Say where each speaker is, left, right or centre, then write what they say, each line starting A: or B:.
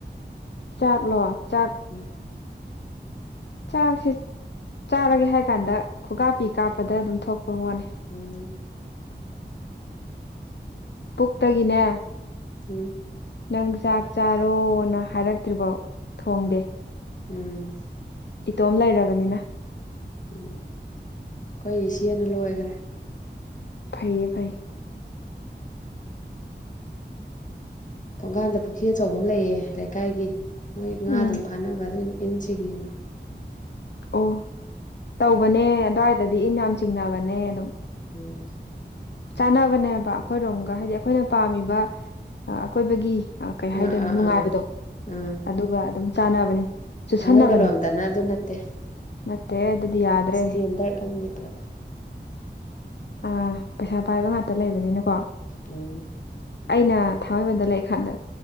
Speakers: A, on the left; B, on the left.
A: ꯆꯥꯛꯂꯣ ꯆꯥꯛ
B: ꯎꯝ
A: ꯆꯥꯛꯁꯤꯦ ꯆꯥꯔꯒꯦ ꯍꯥꯏ ꯀꯥꯟꯗ ꯈꯨꯒꯥꯥ ꯄꯤ ꯀꯥꯞꯄꯗ ꯑꯗꯨꯝ ꯊꯣꯛꯄ ꯄꯣꯠꯅꯤ
B: ꯎꯝ
A: ꯄꯨꯛꯇꯒꯤꯅꯦ
B: ꯎꯝ
A: ꯅꯪ ꯆꯥꯛ ꯆꯥꯔꯣꯅ ꯍꯥꯏꯔꯛꯇ꯭ꯔꯤꯕꯧ ꯊꯣꯡꯗꯦ
B: ꯎꯝ
A: ꯏꯇꯣꯝ ꯂꯩꯔꯕꯅꯤꯅ
B: ꯎꯝ ꯑꯩꯈꯣꯏ ꯏꯆꯦꯅ ꯂꯣꯏꯒ꯭ꯔꯦ
A: ꯐꯩꯌꯦ ꯐꯩ
B: ꯊꯣꯡꯀꯥꯟꯗ ꯄꯨꯈ꯭ꯔꯤ ꯑꯆꯧꯕ ꯑꯃ ꯂꯩꯌꯦ ꯂꯩꯀꯥꯏꯒꯤ ꯃꯣꯏ ꯉꯥ
A: ꯎꯝ
B: ꯑꯗꯨꯝ ꯐꯥꯅꯕ ꯑꯗꯨꯝ ꯏꯟ ꯆꯤꯡꯉꯤꯕ
A: ꯑꯣ ꯇꯧꯕꯅꯦ ꯑꯗꯨꯋꯥꯏꯗꯗꯤ ꯏꯟ ꯌꯥꯝ ꯆꯤꯡꯅꯕꯅꯦ ꯑꯗꯨꯝ
B: ꯎꯝ
A: ꯆꯥꯅꯕꯅꯦꯕ ꯑꯩꯈꯣꯏꯔꯣꯝꯒ ꯍꯥꯏꯗꯤ ꯑꯩꯈꯣꯏꯅ ꯄꯥꯝꯃꯤꯕ ꯑꯀꯣꯏꯕꯒꯤ ꯑ‌ ꯀꯩ ꯍꯥꯏꯗꯣꯏꯅꯣ
B: ꯑꯥ ꯑꯥ
A: ꯅꯨꯡꯉꯥꯏꯕꯗꯣ
B: ꯑꯥ ꯑꯥ
A: ꯑꯗꯨꯒ ꯑꯗꯨꯝ ꯆꯥꯟꯅꯕꯅꯤ ꯆꯨꯁꯟꯅꯕꯅꯦ
B: ꯊꯥꯡꯃꯩꯕꯟꯂꯣꯝꯗꯅ ꯑꯗꯨ ꯅꯠꯇꯦ
A: ꯅꯠꯇꯦ ꯑꯗꯨꯗꯤ ꯌꯥꯗ꯭ꯔꯦ
B: ꯏꯁꯇꯦꯟꯗꯔꯠ ꯑꯃꯅꯦ ꯄꯨꯔꯥ
A: ꯑꯥ ꯄꯩꯁꯥ ꯄꯥꯏꯕ ꯉꯥꯛꯇ ꯂꯩꯕꯅꯤꯅꯀꯣ
B: ꯎꯝ
A: ꯑꯩꯅ ꯊꯥꯡꯃꯩꯕꯟꯗ ꯂꯩꯔꯤꯀꯥꯟꯗ